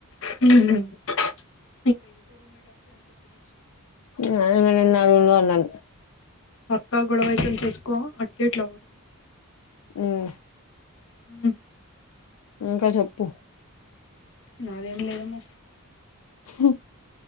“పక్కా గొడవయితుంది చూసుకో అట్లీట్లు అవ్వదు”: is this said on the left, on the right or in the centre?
Left